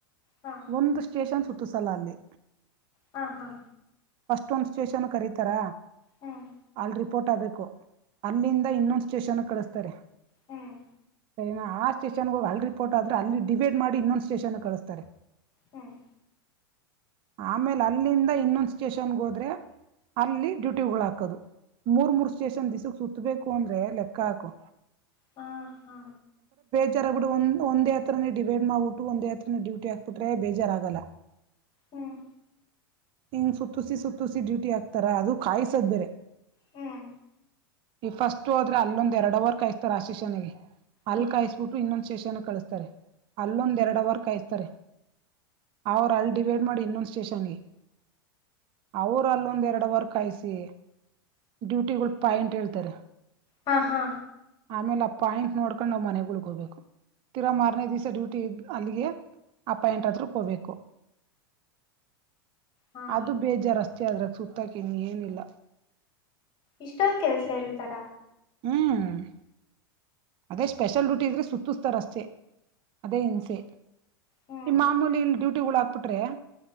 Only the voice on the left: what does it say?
ಹಾ
ಹಾ ಹಾ.
ಹ್ಮ್
ಹ್ಮ್
ಹ್ಮ್.
ಹಾ ಹಾ.
ಹ್ಮ್
ಹ್ಮ್
ಹ್ಮ್
ಹಾ ಹಾ
ಹಾ
ಇಷ್ಟೊಂದ ಕೆಲ್ಸ ಇರ್ತಾರ.
ಹ್ಮ್